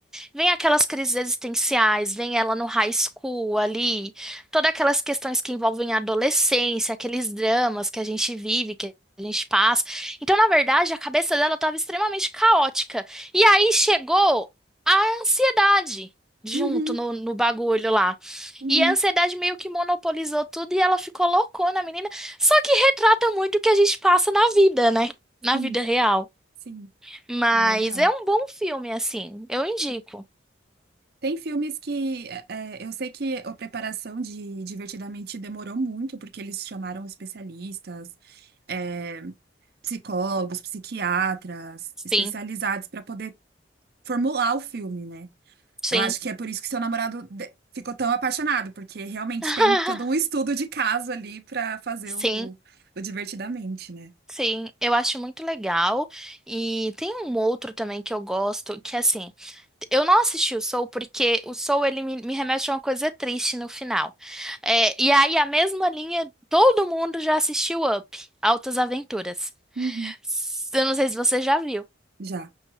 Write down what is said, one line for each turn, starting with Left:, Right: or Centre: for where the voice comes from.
Centre: Vem aquelas crises existenciais, vem ela no high school ali, todas aquelas questões que envolvem a adolescência, aqueles dramas que a gente vive, que a gente passa. Então, na verdade, a cabeça dela estava extremamente caótica. E aí chegou a ansiedade junto
Right: uhum,
Centre: no, no bagulho lá.
Right: uhum.
Centre: E a ansiedade meio que monopolizou tudo e ela ficou loucona, a menina. Só que retrata muito o que a gente passa na vida, né? Na
Right: Sim,
Centre: vida real.
Right: sim,
Centre: Mas
Right: não é real.
Centre: é um bom filme, assim. Eu indico.
Right: Tem filmes que é, é, eu sei que a preparação de Divertidamente demorou muito, porque eles chamaram especialistas, é, psicólogos, psiquiatras,
Centre: Sim.
Right: especializados para poder formular o filme, né?
Centre: Sim.
Right: Eu acho que é por isso que seu namorado de- ficou tão apaixonado, porque realmente
Centre: <laughs>
Right: tem todo um estudo de caso ali para fazer
Centre: Sim,
Right: o, o Divertidamente, né?
Centre: sim, eu acho muito legal. E tem um outro também que eu gosto, que é assim, eu não assisti o Soul porque o Soul ele me, me remete a uma coisa triste no final. É, e aí a mesma linha, todo mundo já assistiu Up, Altas Aventuras.
Right: Uhum.
Centre: S- Eu não sei se você já viu.
Right: Já,